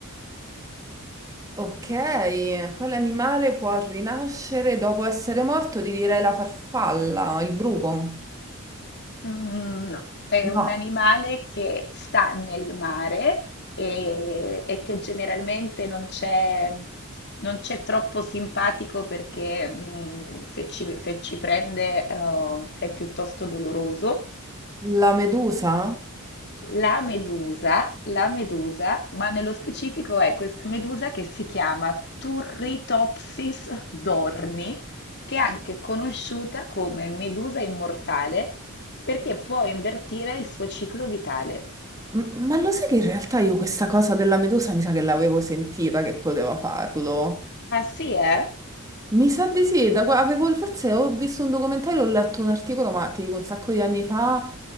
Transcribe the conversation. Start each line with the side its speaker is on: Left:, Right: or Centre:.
Right: Ok, quale animale può rinascere dopo essere morto? Ti direi la farfalla, il bruco.
Left: Mhmm, no, è
Right: No,
Left: un animale che sta nel mare e e che generalmente non c'è non c'è troppo simpatico perché, mhmm, se ci se ci prende, uhm, è piuttosto doloroso.
Right: la medusa?
Left: La medusa, la medusa, ma nello specifico è questa medusa che si chiama Turritopsis dorni, che è anche conosciuta come medusa immortale perché può invertire il suo ciclo vitale.
Right: M- Ma lo sai che in realtà io questa cosa della medusa mi sa che l'avevo sentita che poteva farlo?
Left: Ah sì, eh?
Right: Mi sa di sì, da qua- avevo, forse ho visto un documentario, ho letto un articolo, ma ti dico un sacco di anni fa,